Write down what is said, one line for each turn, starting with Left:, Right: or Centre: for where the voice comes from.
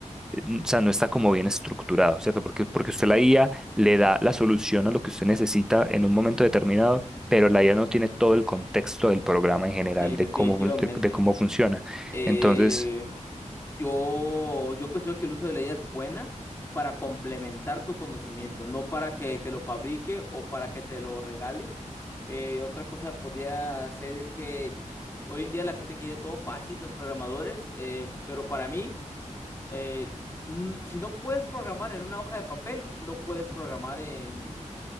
Centre: n- o sea, no está como bien estructurado, ¿cierto? Porque, porque usted la IA le da la solución a lo que usted necesita en un momento determinado, pero la IA no tiene todo el contexto del programa en general,
Left: Sí,
Centre: de
Left: definitivamente.
Centre: cómo, fun- de, de cómo funciona.
Left: Eh,
Centre: Entonces,
Left: Yo, yo considero que el uso de la IA es buena para complementar tu conocimiento, no para que te lo fabrique o para que te lo regale. Eh, otra cosa podría ser es que hoy en día la gente quiere todo fácil, los programadores, eh, pero para mí, eh, mm, si no puedes programar en una hoja de papel, no puedes programar en,